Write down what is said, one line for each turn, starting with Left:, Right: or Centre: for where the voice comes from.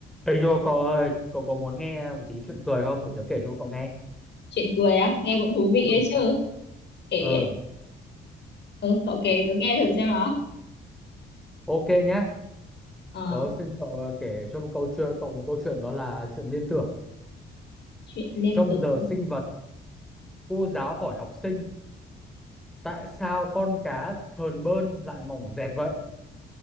Centre: Ê Yo cậu ơi, cậu có muốn nghe một tí chuyện cười không để tớ kể cho cậu nghe?
Left: chuyện cười á nghe cũng thú vị
Centre: Ừ.
Left: ấy chứ kể
Centre: Ừ,
Left: ừ, cậu kể tớ nghe thử xem nào
Centre: ok nhá.
Left: ờ,
Centre: Tớ xin cậu ờ, kể cho một câu chuyện, cậu một câu chuyện đó là chuyện liên tưởng.
Left: chuyện liên
Centre: Trong
Left: tưởng
Centre: giờ sinh vật, cô giáo hỏi học sinh tại sao con cá thờn bơn lại mỏng dẹt vậy?